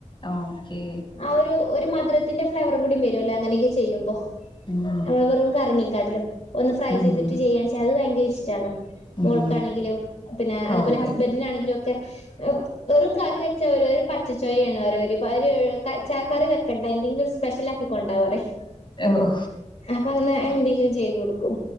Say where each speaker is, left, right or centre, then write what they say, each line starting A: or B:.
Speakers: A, on the left; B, on the left.
A: ഓക്കെ
B: ആ ഒരു ഒരു മധുരത്തിന്റെ ഫ്ലേവറ് കൂടി വരുമല്ലോ അങ്ങനെയൊക്കെ ചെയ്യുമ്പോ
A: ഉം
B: നമ്മളെ വെറും കറിനെക്കാട്ടിലും ഒന്ന് ഫ്രൈ
A: ഉം
B: ചെയ്തിട്ട് ചെയ്യുകയാണെന്ന് വെച്ചാൽ അത് ഭയങ്കര ഇഷ്ടമാണ്
A: ഉം
B: മോൾക്കാണെങ്കിലും പിന്നെ അതുപോലെ
A: ഓക്കെ
B: ഹസ്ബൻഡിനാണെങ്കിലും ഒക്കെ വെറും കറി വെച്ച ഒരു പച്ച ചൊയയാണ്ന്ന് പറയും ഓര് കറി വെക്കണ്ട എന്തെങ്കിലും ഒരു സ്പെഷ്യൽ ആക്കി കൊണ്ടോന്ന് പറയും
A: ഏ ഓ
B: അപ്പൊ അങ്ങനെ എന്തെങ്കിലും ചെയ്തു കൊടുക്കും